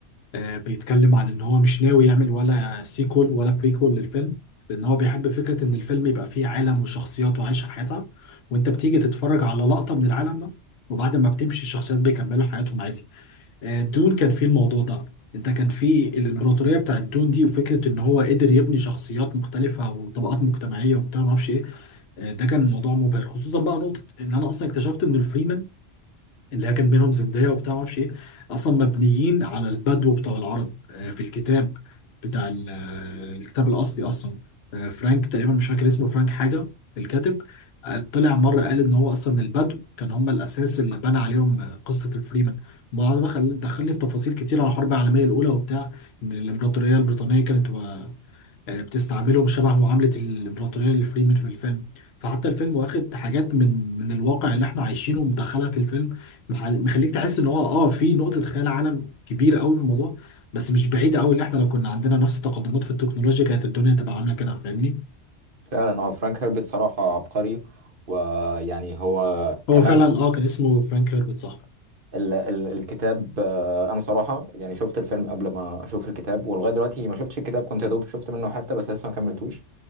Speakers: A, on the left (about 65°); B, on the right (about 50°).
A: آه، بيتكلم عن ان هو مش ناوي يعمل ولا سيكول ولا بريكول للفيلم لان هو بيحب فكرة ان الفيلم يبقى فيه عالم وشخصيات وعايشة حياتها وانت بتيجي تتفرج على لقطة من العالم ده وبعد ما بتمشي الشخصيات بيكملوا حياتهم عادي آه، دون كان فيه الموضوع ده انت كان فيه الامبراطورية بتاعت دون دي وفكرة ان هو قدر يبني شخصيات مختلفة وطبقات مجتمعية وبتاع ما اعرفش ايه آه، ده كان موضوع مبهر خصوصا بقى نقطة ان انا اصلا اكتشفت ان الفريمان اللي هي كان بينهم زندية وبتاع معرفش ايه اصلا مبنيين على البدو بتاع العرب آه، في الكتاب بتاع ال- آه، الكتاب الاصلي اصلا آه، فرانك تقريبا مش فاكر اسمه فرانك حاجة الكاتب آه، طلع مرة قال ان هو اصلا البدو كان هم الاساس اللي بنى عليهم آه، قصة الفريمان الموضوع ده دخل دخلني في تفاصيل كتير على الحرب العالمية الاولى وبتاع ان الامبراطورية البريطانية كانت آه، بتستعملهم شبه معاملة الإمبراطورية لفريمن في الفيلم فحتى الفيلم واخد حاجات من من الواقع اللي احنا عايشينه ومدخلها في الفيلم مح- مخليك تحس ان هو اه في نقطة خيال عالم كبيرة قوي في الموضوع بس مش بعيدة قوي اللي احنا لو كنا عندنا نفس التقدمات في التكنولوجيا كانت الدنيا تبقى عاملة كده فاهمني
B: فعلا اه فرانك هيربت صراحة عبقري ويعني هو
A: هو
B: كمان
A: فعلا اه كان اسمه فرانك هيربت صح
B: ال ال الكتاب آه، انا صراحة يعني شفت الفيلم قبل ما اشوف الكتاب ولغاية دلوقتي ما شفتش الكتاب كنت يا دوب شفت منه حتى بس لسه ما كملتوش